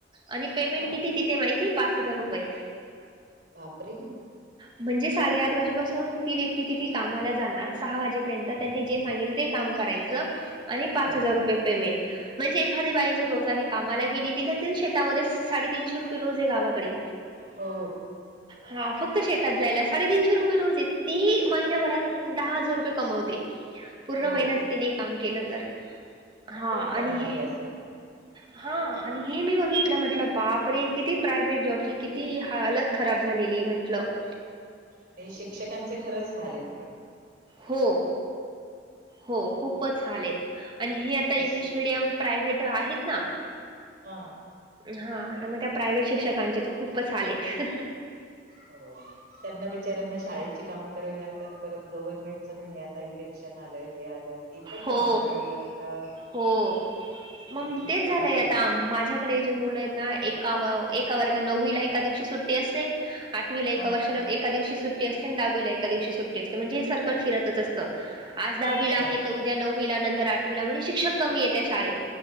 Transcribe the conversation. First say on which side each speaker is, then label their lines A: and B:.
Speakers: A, on the right; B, on the right.
A: आणि पेमेंट
B: हा
A: किती ते माहिती पाच हजार रुपये. <unintelligible>
B: बापरे <unintelligible>
A: म्हणजे साडेआठ वाजेपासून ती व्यक्ती तिथे कामाला जाणार सहा वाजे <unintelligible> त्यांनी जे सांगेल ते काम करायच आणि
B: हो
A: पाच हजार रुपये पेमेंट म्हणजे एखादी बाई जर रोजाने कामाला गेली तिला तरी शेतामध्ये साडेतीनशे रुपये रोज आहे गावाकडे
B: हो
A: हा फक्त शेत <unintelligible> शेतात जायला साडेतीनशे रुपये रोज आहे ती महिनाभरात दहा हजार रुपये कमावते. पूर्ण
B: हो
A: महिन्याच तिने काम केलं तर <unintelligible> हा
B: मग कोण
A: आणि
B: करणार
A: हे
B: आहें असं <unintelligible>
A: हा आणि हे मी बघितलं म्हटलं बापरे किती प्रायव्हेट जॉबची किती हलत खराब झालेली म्हटलं. <unintelligible>
B: आणि शिक्षकांचे खरंच हाल आहेत पण. <unintelligible>
A: हो हो खूपच हाल आणि हे
B: म्हणजे
A: आता इंग्लिश मिडियम प्रायव्हेट आहेत ना <unintelligible>
B: हा <unintelligible>
A: हा तर मग त्या प्रायव्हेट शिक्षकांचे त खूपच हालेत.
B: हो त्यांना बिचऱ्यांना शाळ <unintelligible> काम करावी लागतात परत गव्हर्नमेंटच पण हे आता इलेक्शन आलं हे आलं ती पण
A: हो
B: काम करावी लागतात. <unintelligible>
A: हो मग
B: सगळीच
A: तेच
B: कामं
A: झालंय
B: करावी
A: आता
B: लागतात
A: माझ्या कडे जे मुलं आहेत ना एका एका वर्ग नववीला एका दिवशी सुट्टी असते आठवीला एका
B: हा
A: वर्षला एका दिवशी सुट्टी असते आणि दहावीला एक दिवशी सुट्ट असते म्हणजे हे सर्कल फिरच असत आज दहावीला
B: अच्छा
A: आहे त उद्या नववीला नंतर आठवीला म्हणजे श शिक्षक कमी येत त्या शाळेत